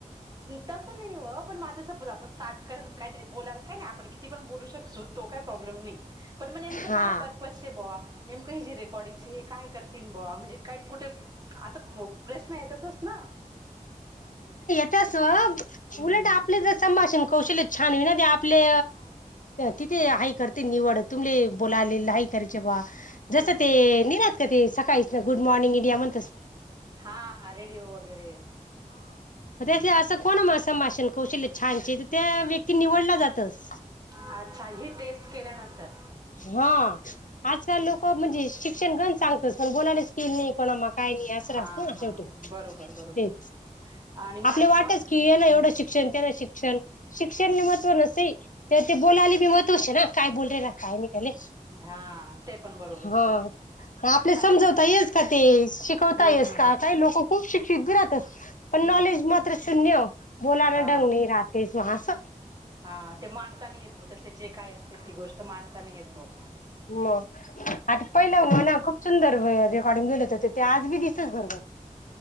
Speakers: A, on the right; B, on the left.
A: तसं नाही हो पण माझ सपोज आपण स्टार्ट करा काहीतरी बोलायला काय नाही आपण किती पण बोलू शकतो. तो काही प्रॉब्लेम नाही. पण मग नेमकं
B: हा
A: काय पर्पस बोवा नेमकं हि जे रेकॉर्डिंगचे हे काय करतील ब म्हणजे काय कुठे. असं प्रश्न येतातच ना.
B: ते असं
A: हम्म
B: उलट आपले जर संभाषण कौशल्य. छान वि ना ते आपले तिथे हाई करते निवड तुमले बोलाले ह. जस
A: हम्म
B: ते नि का ते सकाळी गुड मॉर्निंग इंडिया म्हण
A: हा हा रेडिओ वगैरे.
B: ते असं कोण असंभषण. कौशल्य छानचे तर त्या व्यक्ती निवडला जातस.
A: अच्छा ही टेस्ट केल्यानंतर
B: हा आजकाल लोक म्हणजे शिक्षण घण सांगत पण बोलायलाच स्किल नाही. णा काही नाही अस
A: हा हा
B: शेवटी
A: बरोबर बरोबर
B: ते
A: आणि मा
B: आपले वाटच
A: मा
B: की ना
A: हम्म
B: ं शिक्षण त्या ना शिकषण. शिक्षने महत्व नसते तर ते बोलायला मी महत्व आहे ना काय बोल रला काही नाही. त्याले
A: हा ते पण बरोबरच
B: हा
A: शे.
B: आपले
A: आणि
B: समजवता येस का ते शिकवता
A: हम्म
B: येस
A: हम्म
B: का काही लोक खूप शिक्षित घरहातच पण.
A: हम्म
B: नॉलेज मात्र शून्य बोलाण
A: हा
B: डंग नाही राहतेच मा असं.
A: हा ते मडताना येत ब तसे जे काय असे ती गोष्ट मांडता नाही येत ब.
B: म आता पहिलं म्हणा खूप. सुंदर रेकॉर्डिंग बेलेत होते ते आज मी दिसच बरोबर.